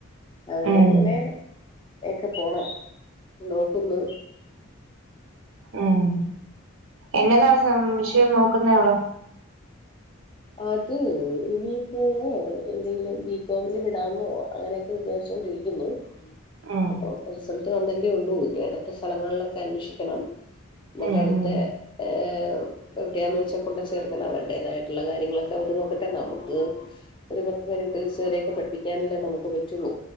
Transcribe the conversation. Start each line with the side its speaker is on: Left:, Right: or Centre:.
Left: അങ്ങനെ
Right: ഉം
Left: അങ്ങനെ.... ഒക്കെ പോണം നോക്കുന്നു....
Right: ഉം
Left: ഉ....
Right: എന്നതാ വിഷയം നോക്കുന്നയാൾ....
Left: അത് ഇനിയിപ്പോ! എന്തെങ്കിലുംബികോമിന് വിടാന്നോ അങ്ങനെയൊക്കെ വിചാരിച്ചുകൊണ്ടിരിക്കുന്നു
Right: ഉം
Left: അപ്പൊ റിസൾട്ട് വന്നല്ലേ ഉള്ളൂ ഇനി അടുത്ത സ്ഥലങ്ങളിലൊക്കെ അന്വേഷിക്കണം എന്നിട്ട്
Right: ഉം
Left: അടുത്ത
Right: ഉം
Left: ഏ എവിടെയാ ന്ന് വെച്ചാ കൊണ്ട് ചേർക്കണം അവളുടേതായിട്ട്, കാര്യങ്ങളൊക്കെ അവര് നോക്കട്ടെ നമുക്ക് ഒരു പത്ത് പതിനെട്ട് ദിവസ വരെയൊക്കെ പഠിപ്പിക്കാനല്ലേ നമുക്ക് പറ്റുള്ളൂ